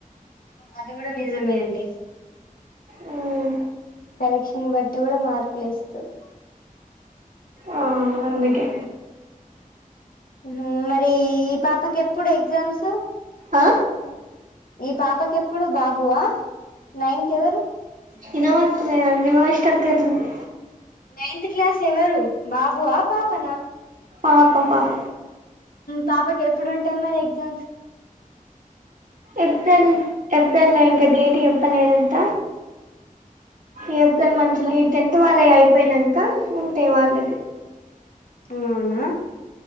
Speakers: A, on the left (about 80°); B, on the right (about 65°).
A: అది కూడా నిజమే అండి.
B: మ్మ్
A: కరెక్షన్ బట్టి కూడా మార్కులు ఏస్తారు.
B: ఆ అందుకే
A: ఉహుం మరి ఈ పాపకి ఎప్పుడు ఎగ్జామ్స్
B: ఆ
A: ఈ పాపకి ఎప్పుడు బాబువా నైన్త్ ఎవరు?
B: వినపడతేలండి వాయిస్ స్ట్రక్ అయితుంది.
A: నైన్త్ క్లాస్ ఎవరు బాబువా పాపనా?
B: ఆ ప ప పాప
A: పాపకి ఎప్పుడు ఉంటాయి మరి ఎగ్జామ్స్
B: ఏప్రిల్ ఏప్రిల్ లో ఇంకా డేట్ చెప్పలేదంట ఈ ఏప్రిల్ మంత్ లో ఈ టెన్త్ వాళ్ళవి అయిపోయినంక ఉంటాయి వాళ్ళకి
A: ఆ అవునా